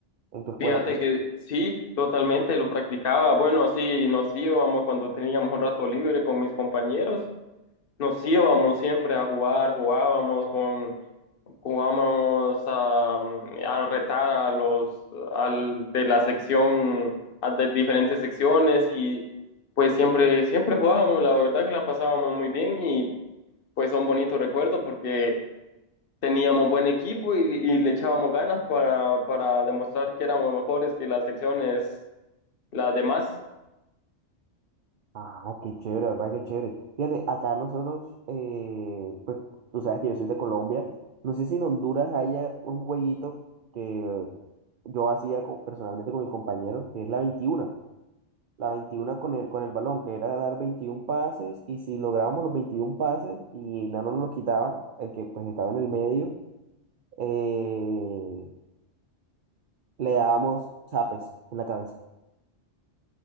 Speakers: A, on the right; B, on the left.
A: En tu escuela,
B: Fíjate
A: pues.
B: que sí, totalmente, lo practicaba. Bueno, así nos íbamos cuando teníamos un rato libre con mis compañeros, nos íbamos siempre a jugar, jugábamos con, jugábamos a, a retar a los al, de la sección, a de diferentes secciones y pues siempre, siempre jugábamos, la verdad que la pasábamos muy bien y pues son bonitos recuerdos porque teníamos buen equipo y, y le echábamos ganas para, para demostrar que éramos mejores que las secciones, las demás.
A: Ah, qué chévere, papá, qué chévere. Fíjate, acá nosotros, eh, pues tú sabes que yo soy de Colombia. No sé si en Honduras haya un jueguito que yo hacía co- personalmente con mis compañeros, que es la 21. La 21 con el, con el balón, que era dar 21 pases, y si lográbamos los 21 pases y no nos los quitaban, el que pues estaba en el medio, eh, le dábamos zapes en la cabeza.